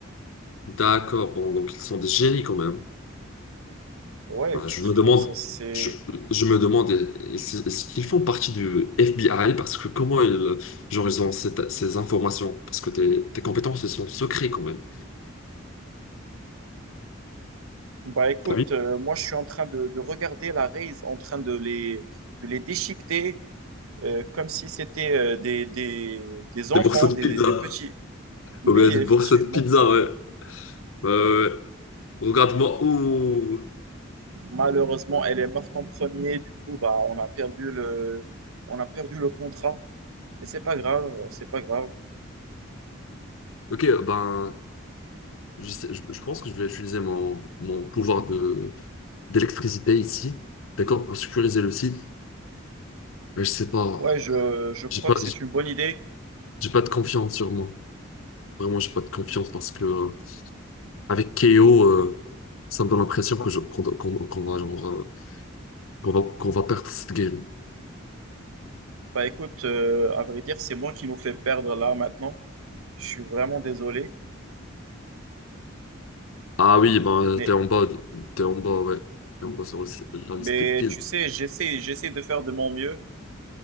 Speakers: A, on the left; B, on the right.
A: D'accord, bon, donc ils sont des génies quand même.
B: Ouais,
A: Bah,
B: effectivement,
A: je me demande,
B: ça c'est...
A: je, je me demande, est-ce est-ce qu'ils font partie du FBI? Parce que comment ils, genre, ils ont cette- ces informations? Parce que tes, tes compétences, elles sont secrets quand même.
B: Bah écoute,
A: T'as vu?
B: euh, moi je suis en train de, de regarder la raise, en train de les, de les déchiqueter euh, comme si c'était euh, des, des, des enfants,
A: Des morceaux de
B: des,
A: pizza.
B: des petits. Oui,
A: Ou bien des
B: effectivement.
A: morceaux de pizza, ouais. Ouais, ouais, ouais. Regarde-moi. Ouh.
B: Malheureusement, elle est morte en premier. Du coup, bah, on a perdu le, on a perdu le contrat. Mais c'est pas grave, c'est pas grave.
A: Ok, ben, je, sais- je, je pense que je vais utiliser mon, mon pouvoir de, d'électricité ici, d'accord, pour sécuriser le site. Mais je sais pas,
B: Ouais, je, je crois
A: j'ai pas,
B: que c'est une bonne idée.
A: J'ai pas de confiance sur moi. Vraiment, j'ai pas de confiance parce que euh, avec KO, euh, ça me donne l'impression que je qu'on qu'on- qu'on va genre, euh, qu'on va qu'on va perdre cette game.
B: Bah écoute, euh, à vrai dire, c'est moi qui nous fais perdre là maintenant. Je suis vraiment désolé.
A: Ah oui, ben
B: Mais,
A: t'es en bas, de- t'es en bas, ouais, t'es en bas sur le- la liste
B: mais
A: des kills.
B: tu sais, j'essaie, j'essaie de faire de mon mieux.